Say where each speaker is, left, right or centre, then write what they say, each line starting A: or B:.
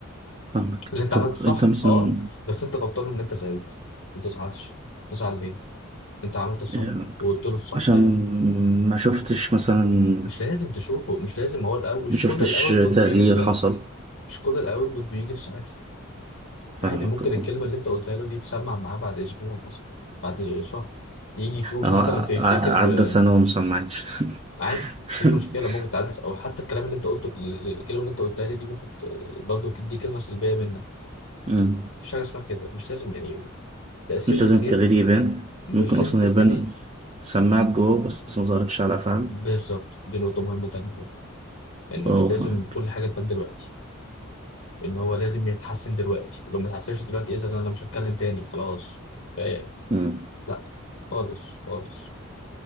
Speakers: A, on the right; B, on the left.
A: فاهمك
B: اللي انت
A: طب
B: عملته صح
A: انت مثلا
B: اه بس انت غلطان ان انت زعلت ما تزعلش تزعل ليه انت عملت الصح
A: إيه،
B: وقلت له الصح
A: عشان
B: يعني
A: ما شفتش مثلا
B: مش لازم تشوفه مش لازم هو الاول مش
A: ما شفتش
B: كل الاوتبوت
A: تغيير
B: بيجي دلوقتي
A: حصل
B: مش كل الاوتبوت بيجي في ساعتها
A: فاهمك
B: عادي ممكن
A: اه
B: الكلمه اللي انت قلتها له دي تسمع معاه بعد اسبوع مثلا بعد شهر يجي يتوب
A: اه
B: مثلا فيفتكر
A: ع- عدى سنة
B: آه،
A: ومثلا ما عادش
B: عادي
A: <laughs>
B: مفيش مشكله ممكن تعدي او حتى الكلام اللي انت قلته الكلمه اللي انت قلتها لي دي ممكن ت- برضه دي كلمه سلبيه منك
A: مم.
B: مفيش حاجه اسمها كده مش لازم يعني تاثير
A: مش
B: الخير
A: لازم التغيير يبان
B: مش
A: ممكن أصلا
B: لازم تاثيري
A: يبان سماعة جوه بس ما ظهرتش على أفعال
B: بالظبط دي نقطة مهمة تانية برضه إن
A: اه
B: مش لازم
A: فاهمك
B: كل حاجة تبان دلوقتي إن هو لازم يتحسن دلوقتي لو ما اتحسنش دلوقتي إذا أنا مش هتكلم تاني خلاص فاهم
A: مم.
B: لا خالص خالص